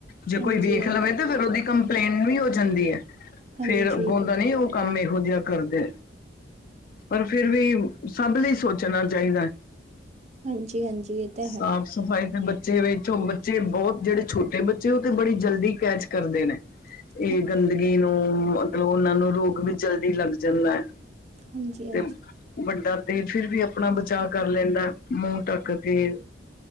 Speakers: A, on the left; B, on the right.
A: ਜੇ
B: ਹਾਂਜੀ
A: ਕੋਈ ਵੇਖ
B: ਹਾਂਜੀ
A: ਲਵੇ ਤਾਂ ਫੇਰ ਉਹਦੀ ਕੰਪਲੇਂਟ ਵੀ ਹੋ ਜਾਂਦੀ ਹੈ,
B: ਹਾਂਜੀ
A: ਫੇਰ ਉਦਾ ਨਹੀਂ, ਉਹ ਕੰਮ ਇਹੋ ਜਿਹਾ ਕਰਦੇ। ਪਰ ਫਿਰ ਵੀ ਸਭ ਲਈ ਸੋਚਣਾ ਚਾਹੀਦਾ,
B: ਹਾਂਜੀ ਹਾਂਜੀ ਇਹ ਤਾਂ ਹੈ
A: ਸਭ ਸਫ਼ਾਈ ਤੇ ਬੱਚੇ ਵੇਖੋ, ਬੱਚੇ ਬਹੁਤ, ਜਿਹੜੇ ਛੋਟੇ ਬੱਚੇ ਉਹ ਤੇ ਬੜੀ ਜਲਦੀ ਕੈਚ ਕਰਦੇ ਨੇ।
B: <unintelligible> <unintelligible>
A: ਇਹ ਗੰਦਗੀ ਨੂੰ, ਮਤਲਬ ਉਹਨਾਂ ਨੂੰ, ਰੋਗ ਵੀ ਜਲਦੀ ਲੱਗ ਜਾਂਦਾ ਹੈ।
B: ਹਾਂਜੀ, ਹਾਂਜੀ।
A: ਤੇ ਵੱਡਾ ਤੇ ਫਿਰ ਵੀ ਆਪਣਾ ਬਚਾਅ ਕਰ ਲੈਂਦਾ ਮੂੰਹ ਢੱਕ ਕੇ,